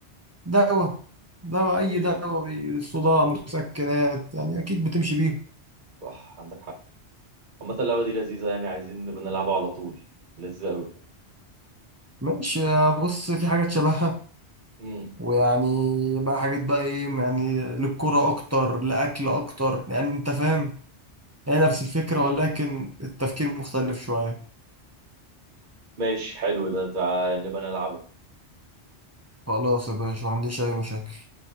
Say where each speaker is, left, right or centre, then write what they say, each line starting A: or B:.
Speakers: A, on the right; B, on the right.
A: دواء دواء اي
B: ايه
A: دواء بي-
B: ايه
A: للصداع مسكنات يعني اكيد بتمشي بيهم
B: صح عندك حق عامة اللعبة دي لذيذة يعني عايزين نبقى نلعبها على طول لذيذة قوي
A: ماشي يا بص في حاجات شبهها
B: امم
A: ويعني بقى حاجات بقى ايه يعني للكرة اكتر لاكل اكتر يعني انت فاهم هي نفس الفكرة ولكن التفكير مختلف شوية
B: ماشي حلو ده تعال نبقى نلعبها
A: خلاص يا باشا ما عنديش اي مشاكل